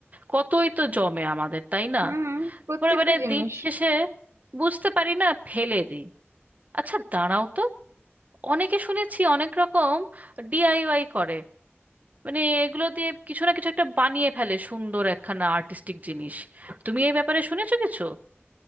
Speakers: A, on the right; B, on the right.
A: কতই তো জমে আমাদের তাই না
B: হুম প্রত্যেকটা
A: পরে মানে
B: জিনিস
A: দিন শেষে বুঝতে পারি না ফেলে দিই আচ্ছা দাঁড়াও তো অনেকে শুনেছি অনেক রকম ডিআইওয়াই করে মানে এগুলো দিয়ে কিছু না কিছু একটা বানিয়ে ফেলে সুন্দর একখানা আর্টিস্টিক জিনিস তুমি এই ব্যাপারে শুনেছো কিছু